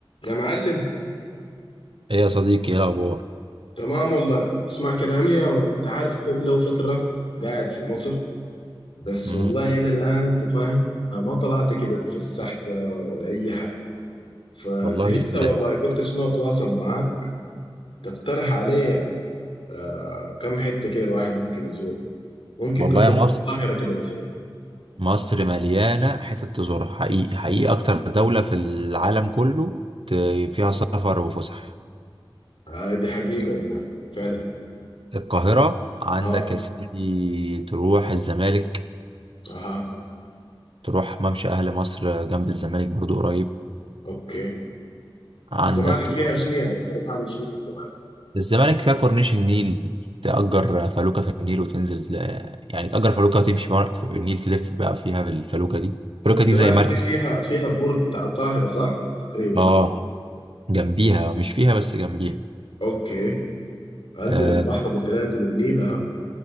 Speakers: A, on the left; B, on the right.
A: يا معلم
B: ايه يا صديقي ايه الاخبار
A: تمام والله اسمع كلامي يا ولد انت عارف اخوك له فترة قاعد في مصر بس
B: امم
A: والله الى الان انت فاهم آه، ما طلعت كده اتفسحت آه، ولا اي حاجة فزهقت
B: والله ازاي
A: والله قلت شنو اتواصل معاك تقترح علي يعني آه كم حتة كده الواحد ممكن يزور ممكن
B: والله
A: نبدأ
B: يا
A: بالقاهرة
B: مصر
A: كده مثلا يعني
B: مصر مليانه حتت تزورها حقيقي حقيقي اكتر دوله في العالم كله ت- فيها سفر وفسح
A: آه دي حقيقة والله فعلا
B: القاهره عندك
A: اه
B: يا سيدي تروح الزمالك
A: اها
B: تروح ممشى اهل مصر جنب الزمالك برضو قريب
A: اوكي
B: عندك
A: الزمالك
B: تروح
A: فيها شنو يعني اروح اعمل شنو في الزمالك
B: الزمالك فيها كورنيش النيل تأجر فلوكة في النيل وتنزل ل- يعني تأجر فلوكة وتمشي مر- في النيل تلف بقى فيها بالفلوكة دي الفلوكة
A: الزمالك
B: دي زي مركب
A: دي فيها فيها البرج بتاع القاهرة صح تقريبا
B: اه جنبيها مش فيها بس جنبيها
A: اوكي انزل
B: اه
A: البحر قلت لها انزل النيل اها